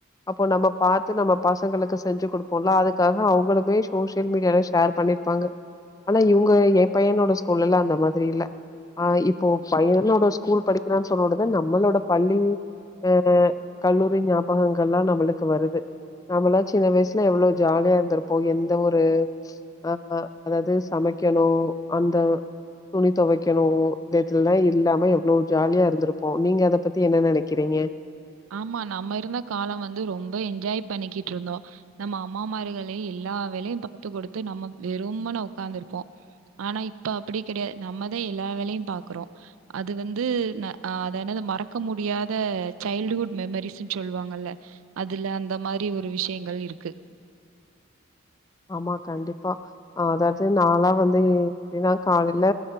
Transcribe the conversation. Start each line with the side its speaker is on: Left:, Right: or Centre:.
Left: அப்போ நம்ம பாத்து நம்ம பசங்களுக்கு செஞ்சி குடுப்போல்ல அதுக்காக அவுங்களுமே சோசியல் மீடியால ஷேர் பண்ணிருப்பாங்க ஆனா இவுங்க கு ஏ பையனோட ஸ்கூல்ல எல்லா அந்த மாரி இல்ல ஆ இப்போ பையனோட ஸ்கூல் படிக்கிறா சொன்னடதா நம்மளோட பள்ளி ஆ கல்லூரி ஞாபகங்கல்லா நம்மளுக்கு வருது நம்மளா சின்ன வயசுல எவ்ளோ ஜாலியா இருந்திருப்போ எந்த ஒரு ஆ அதாவது சமை க்கணு அந்த துணி தொவைக்கணு இத இதுல்லா இல்லாம எவ்ளோ ஜாலியா இருந்திருப்போ நீங்க அத பத்தி என்ன நெனைக்கிறீங்க
Right: ஆமா நம்ம இருந்த காலோ வந்து ரொம்ப என்ஜாய் பண்ணிக்கிட்டு இருந்தோ நம்ம அம்மா மார்கலே எல்லா வேலயு பாத்து குடுத்து நம்ம வெறுமன உட்காந்துருப்போ ஆனா இப்ப அப்பிடி கெடையாது நம்மதா எல்லா வேலையு பாக்குறோ அது வந்து ஆ அத எனது மறக்க முடியாத சைல்டுஹுட் மெமரிஸ்ன்னு சொல்லுவாங்கல்ல அதுல அந்த மாரி ஒரு விஷயங்கள் இருக்கு
Left: ஆமா கண்டிப்பா அ அதாவது நாலா வந்து எப்பிடின்னா காலையில